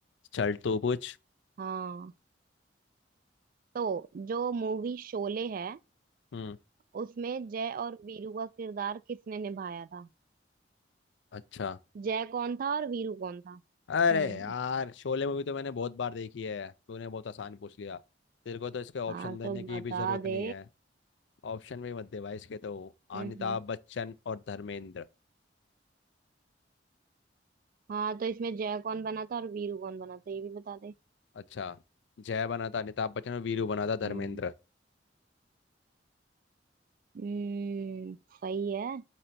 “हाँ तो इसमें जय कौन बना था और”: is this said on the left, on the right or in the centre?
Right